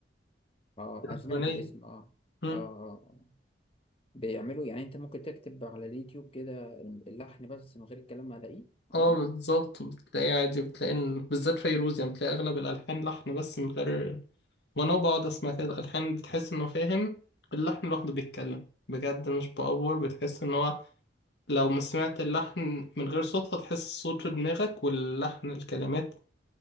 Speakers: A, on the left (about 30°); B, on the left (about 65°).
A: اه
B: الرحبانية
A: انا سمعت الاسم اه
B: مم.
A: اه اه آه. بيعملوا يعني انت ممكن تكتب على اليوتيوب كده اللحن بس من غير الكلام هلاقيه
B: اه
A: عادي
B: بالظبط بتلاقي عادي بتلاقي إن- بالذات فيروز يعني بتلاقي أغلب الألحان لحن بس من غير وأنا بقعد أسمع كده الألحان بتحس إنه فاهم اللحن لوحده بيتكلم بجد مش بأفور بتحس إن هو لو ما سمعت اللحن من غير صوت هتحس الصوت في دماغك واللحن الكلمات